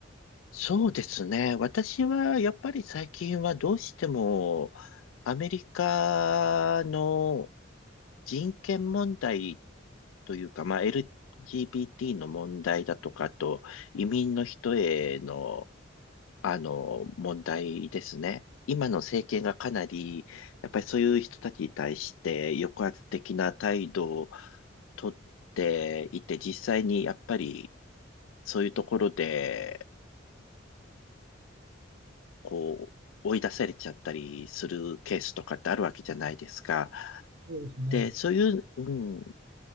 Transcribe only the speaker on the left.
そうですね。私はやっぱり最近はどうしてもアメリカの人権問題というか、まあ、LGBT の問題だとか、あと移民の人へのあの、問題ですね。今の政権がかなり、やっぱりそういう人たちに対して抑圧的な態度をとっていて、実際にやっぱりそういうところで、こう、追い出されちゃったりするケースとかってあるわけじゃないですか。
で、そういう、うん、